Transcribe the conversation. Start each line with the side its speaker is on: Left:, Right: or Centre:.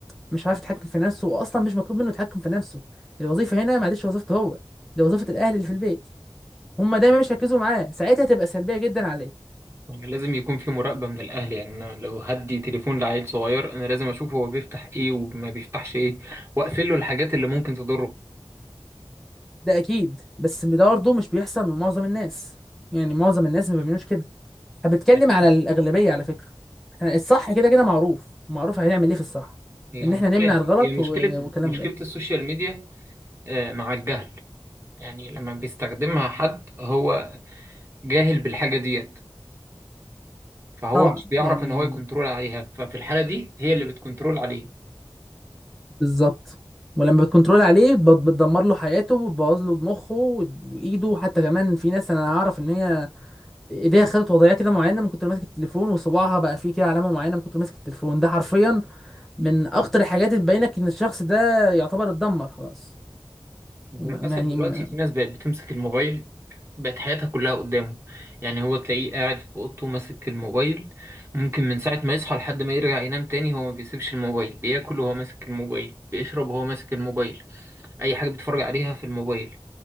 Centre: مش عارف يتحكم في نفسه واصلا مش مطلوب منه يتحكم في نفسه الوظيفة هنا ما عادش وظيفته هو دي وظيفة الاهل اللي في البيت هما دايما مش هيركزوا معاه ساعتها تبقى سلبية جدا عليه
Right: يعني لازم يكون في مراقبة من الاهل يعني انا لو هدي تليفون لعيل صغير انا لازم اشوف هو بيفتح ايه وما بيفتحش ايه واقفل له الحاجات اللي ممكن تضره
Centre: ده اكيد بس ده برضه مش بيحصل من معظم الناس يعني معظم الناس ما بيعملوش كده انا بتكلم
Right: اكيد
Centre: على الاغلبية على فكرة احنا الصح كده كده معروف معروف هنعمل ايه في الصح
Right: هي
Centre: ان
Right: على
Centre: احنا
Right: فكرة
Centre: نمنع
Right: يعني
Centre: الغلط
Right: هي
Centre: و-
Right: مشكلة
Centre: والكلام
Right: مشكلة
Centre: ده
Right: السوشيال ميديا آه، مع الجهل يعني لما بيستخدمها حد هو جاهل بالحاجة ديت فهو
Centre: طبعا
Right: مش بيعرف
Centre: يعني
Right: ان هو يكنترول عليها ففي الحالة دي هي اللي بتكنترول عليه
Centre: بالظبط ولما بتكنترول عليه بت- بتدمر له حياته وتبوظ له مخه وإد- وايده حتى كمان في ناس انا اعرف ان هي ايديها خدت وضعيه كده معينه من كتر ماسك التليفون وصباعها بقى فيه كده علامه معينه من كتر ماسك التليفون ده حرفيا من اخطر الحاجات اللي تبينك ان الشخص ده يعتبر اتدمر خلاص ما-
Right: للأسف
Centre: ما- يعني
Right: دلوقتي
Centre: ما-
Right: في ناس بقت بتمسك الموبايل بقت حياتها كلها قدامه يعني هو تلاقيه قاعد في اوضته ماسك الموبايل ممكن من ساعة ما يصحى لحد ما يرجع ينام تاني هو ما بيسيبش الموبايل بياكل وهو ماسك الموبايل بيشرب وهو ماسك الموبايل اي حاجة بيتفرج عليها في الموبايل